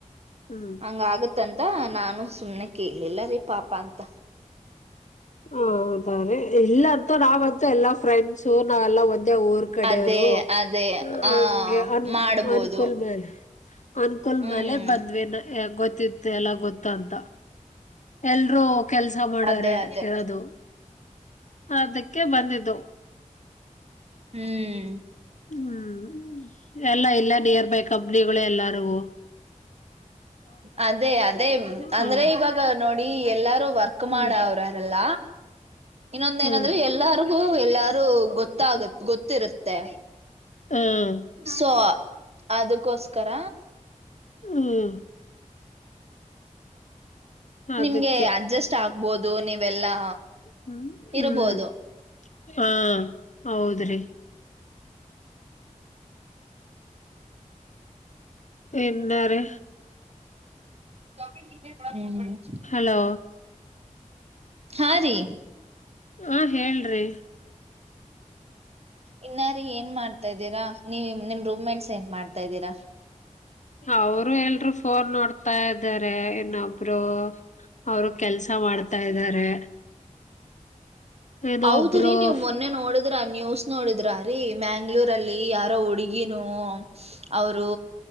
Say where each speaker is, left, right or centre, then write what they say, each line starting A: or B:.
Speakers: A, on the left; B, on the right.
A: ಹ್ಮ್
B: ಹಂಗ ಆಗುತ್ತೆ ಇತ್ತಂತ ನಾನು ಸುಮನೆ ಕೇಳಿಲ್ಲ ರೀ ಪಾಪ ಅಂತ
A: ಹದ ಇಲ್ಲ ಅಂತೂ ನಾವ್ಂತು ಎಲ್ಲಾ ಫ್ರೆಂಡ್ಸು ನಾವೆಲ್ಲಾ ಒಂದೆ ಊರ್ ಕಡೆಯವರು
B: ಅದೇ ಅದೇ
A: ಹಂಗೆ
B: ಆ
A: ಅನ್
B: ಮಾಡ್ಬೋದು
A: ಅನುಕೂಲ್ ಮೇಲೆ ಅನ್ಕೋಲ್
B: ಹ್ಮ್
A: ಮಲೆ ಬಂದ್ವಿ ಗೊತ್ತಿತ್ತು ಎಲ್ಲ ಗೊತ್ತ ಅಂತ ಎಲ್ರೂ ಕೆಲ್ಸ ಮಾಡಾರೆ
B: ಅದೇ ಅದೇ
A: ಇರದು ಅದಕ್ಕೆ ಬಂದಿದ್ದು.
B: ಹ್ಮ್
A: ಹ್ಮ್ ಎಲ್ಲಾ ಇಲ್ಲೆ ನಿಯರ್ ಬೈ ಕಂಪ್ನಿಗಳೇ ಎಲ್ಲಾರವು
B: ಅದೇ ಅದೇ ಅಂದ್ರೆ
A: ಹ್ಮ್
B: ಇವಾಗ್ ನೋಡಿ ಎಲ್ಲಾರು ವರ್ಕ್
A: ಹ್ಮ್
B: ಮಾಡ ಅವ್ರರೆಲ್ಲ ಇನ್ನೊಂದ
A: ಹ್ಮ್
B: ಏನಂದ್ರೆ ಎಲ್ಲಾರು ಹೂಂ ಎಲ್ಲಾರೂ ಗೊತ್ತಾಗ ಗೊತ್ತಿರುತ್ತೆ
A: ಹ್ಮ್
B: <inaudible> ಸೊ ಅದಕೋಸ್ಕರ
A: ಹ್ಮ್ ಅದಕ್ಕೆ
B: ನಿಮ್ಗೆ ಅಡ್ಜಸ್ಟ್ ಆಗ್ಬೋದು ನೀವೆಲ್ಲಾ
A: ಹ್ಮ್ ಹ್ಮ್
B: ಇರ್ಬೋದು
A: ಹಾ ಹೌದ್ರಿ <inaudible> <inaudible> ಎನ್ನ ರೀ
B: ಹ್ಮ <inaudible>
A: ಹಲೋ
B: ಹಾ ರೀ
A: ಹ ಹೇಳ್ರಿ
B: ಇನ್ನಾರೀ ಏನ್ ಮಾಡ್ತಾ ಇದ್ದೀರಾ ನೀವ ನಿಮ್ ರೂಮ್ ಮೆಂಟ್ಸ್ ಏನ್ ಮಾಡ್ತಾ ಇದ್ದೀರಾ?
A: ಅವರು ಎಲ್ರು ಫೋನ್ ನೋಡ್ತಾ ಇದಾರೆ ಇನ್ನೊಬ್ರು ಅವರು ಕೆಲ್ಸ ಮಾಡ್ತಾ ಇದ್ದಾರೆ ಏನೋ
B: ಹೌದ್ರೀ
A: ಒಬ್ರು
B: ನೀವ್
A: ಫ್-
B: ಮೊನ್ನೆ ನೋಡ ದ್ರ ನ್ಯೂಸ್ ನೋಡಿದ್ರ ರೀ ಮ್ಯಾಂಗ್ಳೂರಲ್ಲಿ ಯಾರೋ ಹುಡುಗಿನೂ ಅವರು